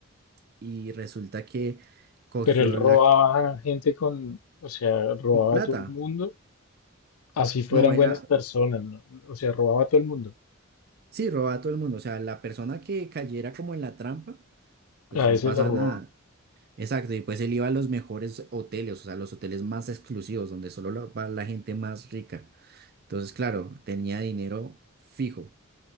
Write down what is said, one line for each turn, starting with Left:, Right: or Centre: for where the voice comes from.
Right: y resulta que cogió
Left: pero él robaba
Right: la
Left: gente con, o sea, robaba
Right: con plata.
Left: a todo el mundo Así fueran
Right: No, era,
Left: buenas personas, ¿no? O sea, robaba a todo el mundo.
Right: sí, robaba a todo el mundo. O sea, la persona que cayera como en la trampa, pues
Left: A
Right: no
Left: ese
Right: pasa
Left: lo robaba.
Right: nada. Exacto, y pues él iba a los mejores hoteles, o sea, los hoteles más exclusivos, donde solo lo- va la gente más rica. Entonces, claro, tenía dinero fijo.